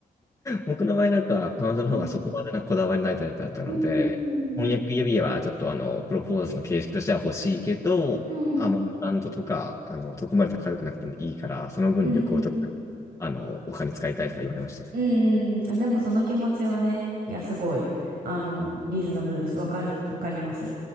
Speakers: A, on the left; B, on the right.
A: 僕の場合なんか、彼女の方がそこまでなんかこだわりないタイプだったので、
B: うん。うんうん
A: 婚約指輪はちょっとあの、プロポーズの形式としては欲しいけど、
B: うんうん。
A: あまりブランドとか、あの、そこまで高くなくてもいいから、その分旅行とか、
B: うんうんうんうん。
A: あの、お金使いたいとか言われました
B: うんうんうん、あ、でもその気持ちはね、いや、すごい、あの、リーズナブルだし、わかる、わかります。